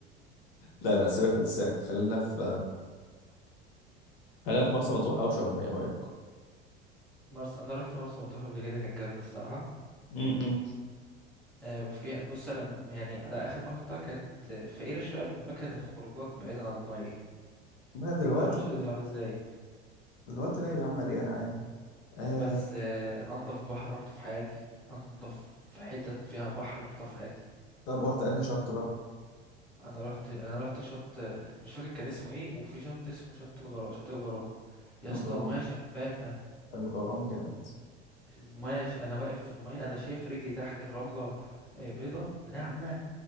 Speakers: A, on the left; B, in the centre.
A: لا لا سيبك من الساحل خلينا في خلينا في مرسى مطروح أو شرم إيه رأيك؟
B: مرسى انا رحت مرسى مطروح قبل كده كانت جامده الصراحه
A: امم
B: آه، وفيها بص انا م- يعني على اخر مره رحتها كانت فقيره شويه بالمكان الخروجات بعيدا عن الميه
A: ما دلوقتي
B: ما اعرفش دلوقتي عامل ازاي
A: دلوقتي لا يا عم مليانة عادي آه...
B: بس آه، انضف بحر رحته في حياتي انضف حتت فيها بحر رحتها في حياتي
A: طب رحت أنهي شط بقى؟
B: انا رحت انا رحت شط مش فاكر كان اسمه ايه وفي شط اسمه شط الغرام شط الغرام يا اسطى
A: الغرام
B: الميه شفافه
A: الغرام جامد
B: الميه ش... انا واقف في الميه انا شايف رجلي تحت الرمله آه، بيضه وناعمه